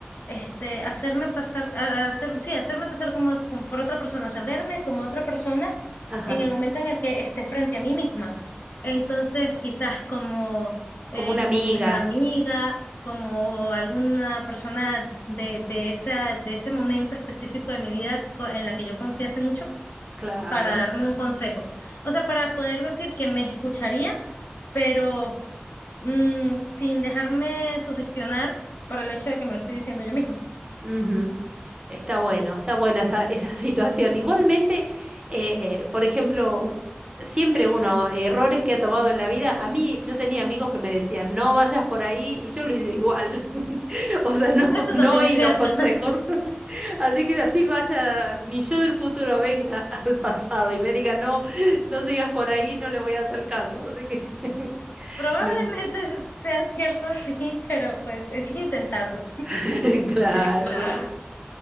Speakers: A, on the left; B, on the right.
A: este, hacerme pasar, a- a hacer- sí, hacerme pasar como, como por otra persona, o sea, verme como otra persona
B: ajá,
A: en el momento en el que esté frente a mí misma. Entonces, quizás como,
B: como
A: eh,
B: una
A: como
B: amiga,
A: mi mejor amiga, como alguna persona de, de esa, de ese momento específico de mi vida co- en la que yo confiase mucho
B: claro.
A: para darme un consejo. O sea, para poder decir que me escucharía, pero mm, sin dejarme sugestionar por el hecho de que me lo estoy diciendo yo misma.
B: Ujú. Está bueno, está buena esa, esa <laughs> situación. Igualmente, eh, por ejemplo, siempre uno, errores que ha tomado en la vida, a mí yo tenía amigos que me decían, no vayas por ahí y yo lo hice igual. <laughs> O sea, no,
A: Eso
B: no
A: también
B: oí
A: es cierto.
B: los consejos.
A: <laughs>
B: <laughs> Así que así vaya, mi yo del futuro venga <laughs> al pasado y me diga, no, no sigas por ahí, no le voy a hacer caso. Así que, <laughs>
A: Probablemente
B: no,
A: sea cierto, <laughs> sí, pero pues es intentarlo.
B: <laughs> claro,
A: <laughs> Claro.
B: claro.